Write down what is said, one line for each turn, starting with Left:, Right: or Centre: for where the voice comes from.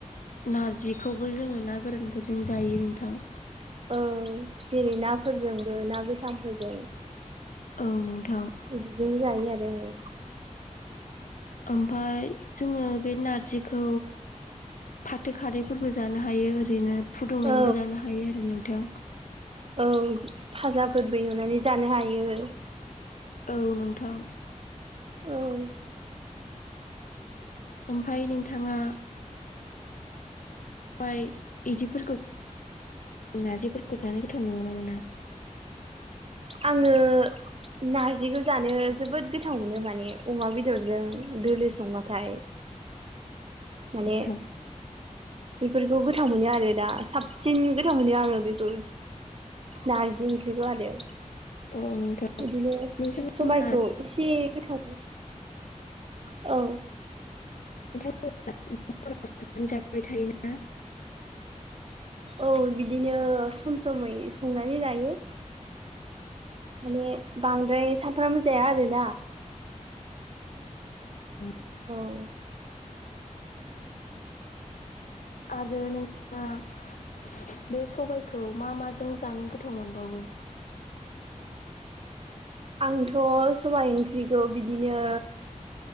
Left: नारजिखौबो जोङो ना गोरानफोरजों जायो नोंथां।
Right: औ जेरै नाफोरजोंबो ना गोथांफोरजों।
Left: औ नोंथां।
Right: बिदिजोंनो जायो आरो औ।
Left: ओमफफ्राय जोङो बे नारजिखौ। फाथो खारैफोरबो जानो हायो ओरैनो फुदुंनानैबो
Right: औ
Left: जानो हायो आरो नोंथां।
Right: औ फाजाफोरबो एवनानै जानो हायो।
Left: औ नोंथां।
Right: औ
Left: ओमफ्राय नोंथाङा। ओमफ्राय बिदिफोरखौ नार्जिफोरखौ जानो गोथाव मोनगोन ना मोना।
Right: आङो। नारजिखौ जानो जोबोद गोथाव मोनो माने अमा बेदरजों दोलो संबाथाय। माने
Left: मोना
Right: बेफोरखौ गोथाव मोनो आरो दा साब। सिन गोथाव मोनो आङो बेखौ नारजि ओंख्रिखौ आरो।
Left: औ नोंथां।
Right: बिदिनो
Left: नोंथांमोनहा
Right: सबायखौ एसे गोथाव। औ
Left: नोंथांमोना <unintelligible> जाबाय थायोना
Right: औ बिदिनो सम समै संनानै जायो। माने बांद्राय सानफ्रामबो जाया आरोना।
Left: औ।
Right: औ
Left: आरो नोंथाङा बे सबायखौ मा माजों जानो गोथाव मोनबावो।
Right: आंथ' सबाइ ओंख्रिखौ बिदिनो।